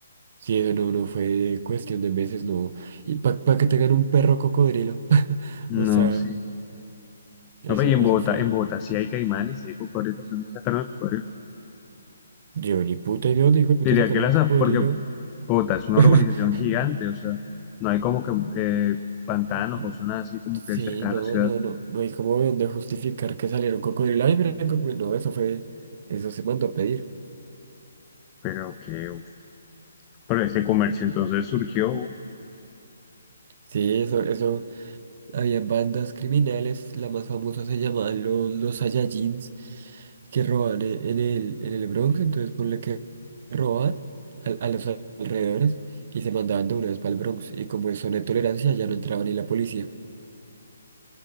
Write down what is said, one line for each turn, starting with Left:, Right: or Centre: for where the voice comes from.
Right: Sí, eso no, no fue cuestión de meses, no. Y para que tengan un perro cocodrilo. <laughs>
Left: No,
Right: O sea,
Left: sí.
Right: eso,
Left: No, pues, y en
Right: eso
Left: Bogotá,
Right: fue.
Left: en Bogotá sí hay caimanes, sí hay cocodrilos, ¿de dónde sacaron el cocodrilo?
Right: Yo ni puta idea dónde hijo de puta
Left: Diría
Right: sacaron
Left: que las,
Right: un cocodrilo.
Left: af- porque Bogotá es una
Right: <laughs>
Left: urbanización gigante, o sea, no hay como que eh, pantanos
Right: Mm,
Left: o zonas así como
Right: Sí,
Left: que cercanas
Right: no,
Left: a la ciudad,
Right: no, no. No hay como dónde justificar que saliera un cocodrilo. Ay, mira, el cocodrilo. No, eso fue. Eso se mandó a pedir.
Left: pero que, uf, pero ese comercio entonces surgió,
Right: Sí, eso, eso. Habían bandas criminales, la más famosa se llamaban los, los Saiyajins, que roban e- en el, en el Bronx, entonces ponle que roban a, a los alrededores y se mandaban de una vez para el Bronx. Y como eso no hay tolerancia, ya no entraba ni la policía.